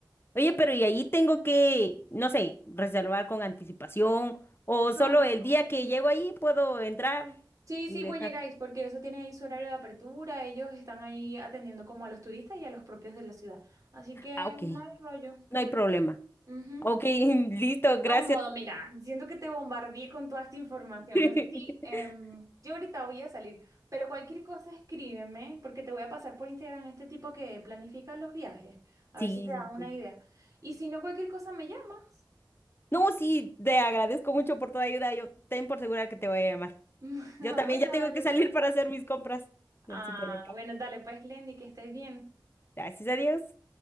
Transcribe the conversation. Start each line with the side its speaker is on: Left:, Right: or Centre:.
Left: Oye, pero ¿y ahí tengo que, no sé, reservar con anticipación o
Right: No,
Left: solo
Right: no,
Left: el
Right: no.
Left: día que llego ahí puedo entrar
Right: Sí,
Left: y
Right: sí, pues
Left: dejar?
Right: llegáis, porque eso tiene ahí su horario de apertura, ellos están ahí atendiendo como a los turistas y a los propios de la ciudad. Así que
Left: Ah, ok,
Right: no hay rollo
Left: no
Right: con...
Left: hay problema.
Right: Ujú.
Left: Ok, <laughs> listo,
Right: De todos
Left: gracias.
Right: modos, mira, siento que te bombardeé con toda esta información.
Left: <laughs>
Right: No sé si em, yo ahorita voy a salir, pero cualquier cosa escríbeme, porque te voy a pasar por Instagram este tipo que planifica los viajes, a
Left: Sí,
Right: ver si te dan
Left: sí,
Right: una
Left: sí.
Right: idea. Y si no, cualquier cosa me llamas.
Left: No, sí, te agradezco mucho por toda ayuda. Yo ten por segura que te voy a llamar.
Right: <laughs>
Left: Yo
Right: Ah,
Left: también
Right: bueno,
Left: ya tengo
Right: dale
Left: que salir
Right: pues.
Left: para hacer mis compras del
Right: Ah,
Left: supermercado.
Right: bueno, dale pues, Glendy, que estés bien.
Left: Gracias a Dios.